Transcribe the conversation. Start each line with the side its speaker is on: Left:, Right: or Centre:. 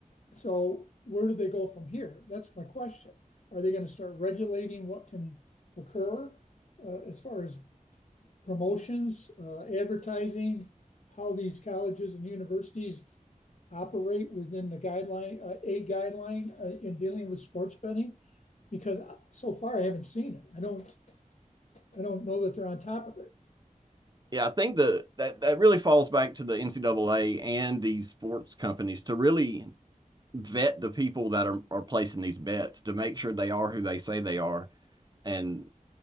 Left: so where do they go from here? That's my question. Are they going to start regulating what can occur uh, as far as promotions, uh, advertising, how these colleges and universities operate within the guideline, uh, a guideline uh, in dealing with sports betting? Because so far I haven't seen it. I don't, I don't know that they're on top of it.
Right: Yeah, I think the that that really falls back to the NCAA and these sports companies to really vet the people that are are placing these bets to make sure they are who they say they are. And